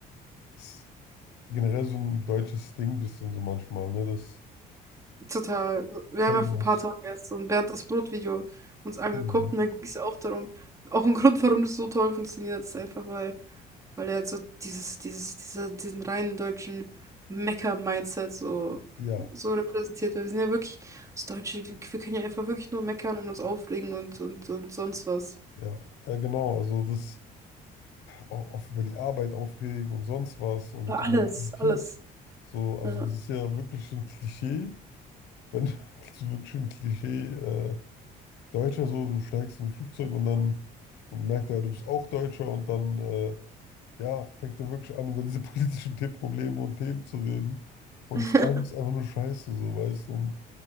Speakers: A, on the left (about 90°); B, on the right (about 20°).
A: Das ist generell so ein deutsches Ding, bisschen so manchmal, ne? Das
B: Total. Wir
A: Helmers.
B: haben ja vor ein paar Tagen erst so ein Bernd das Brot-Video uns angeguckt
A: Mhm.
B: und da ging es ja auch darum. Auch ein Grund, warum das so toll funktioniert, ist einfach, weil, weil er so dieses, dieses, diese, diesen reinen deutschen Mecker-Mindset so,
A: Ja,
B: so repräsentiert. Weil wir sind ja wirklich das Deutsche, wir, wir können ja einfach wirklich nur meckern und uns aufregen und, und, und sonst was.
A: ja, ja, genau. Also das auch, auch über die Arbeit aufregen und sonst was und
B: Über
A: über
B: alles,
A: die Politik.
B: alles.
A: So, also
B: Ja.
A: das ist ja wirklich so ein Klischee. Wenn <laughs> das ist wirklich so ein Klischee, äh, Deutscher so, du steigst in ein Flugzeug und dann und merkt er, du bist auch Deutscher und dann äh, ja, fängt er wirklich an, über diese <laughs> politischen The Probleme und Themen zu reden. Und
B: <laughs>
A: es ist alles einfach nur Scheiße, so, weißt du? Und